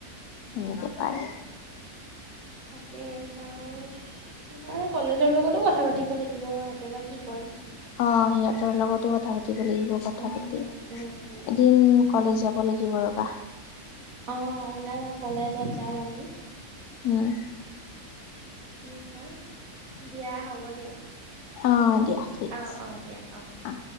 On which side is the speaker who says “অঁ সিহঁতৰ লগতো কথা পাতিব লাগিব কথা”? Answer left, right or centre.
Left